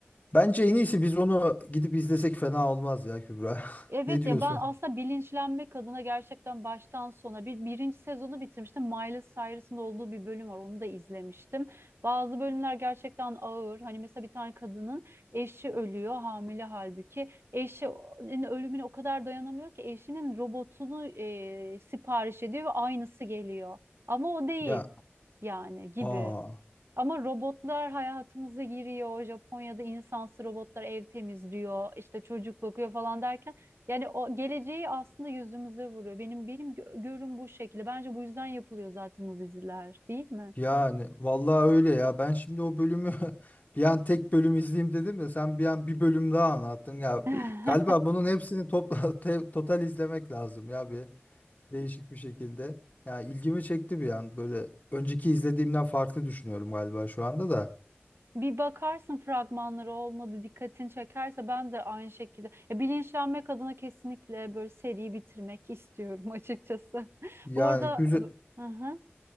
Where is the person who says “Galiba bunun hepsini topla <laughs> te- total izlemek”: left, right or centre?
Left